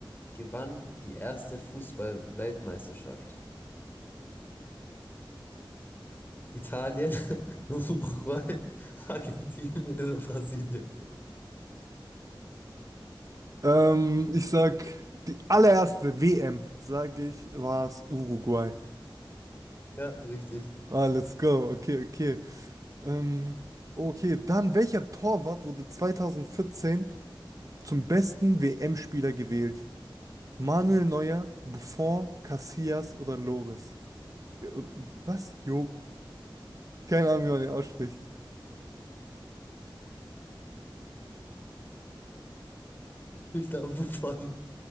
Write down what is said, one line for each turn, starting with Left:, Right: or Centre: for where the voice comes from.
Left: gewann die erste Fußball-Weltmeisterschaft? Italien, <laughs> Uruguay, Argentinien oder Brasilien.
Right: Ähm, ich sag, die allererste WM, sage ich, war es Uruguay.
Left: Ja, richtig.
Right: Ah, let's go. Okay, okay. Ähm, okay, dann welcher Torwart wurde 2014 zum besten WM-Spieler gewählt? Manuel Neuer, Buffon, Casillas oder Loris? Ja, Was? Jo, keine Ahnung, wie man den ausspricht.
Left: Ich glaube, Buffon.